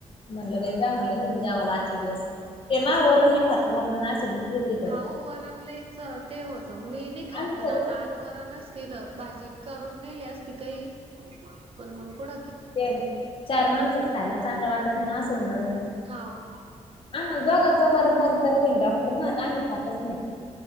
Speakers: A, on the left (about 45°); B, on the right (about 50°).
A: म्हणलं बाई जा म्हणलं तुम्ही जेवायला आजच्या दिवस ते ना वरण नाही खात वरणानी असिडीटी होती. तर
B: हो वरण लईच ते होतं मी नाही खात
A: आम्ही
B: पण
A: सगळे
B: आता आज वरणच केल भाजी करून नेली असती काही पण मग पुढ
A: ते चार माणसात खायला चांगलं वाटत नाही ना अस होऊन जाते न
B: हाव
A: आ दोघाचं वरण बंद करेल आहेना डॉक्टर नी तर आम्ही खातच नाही.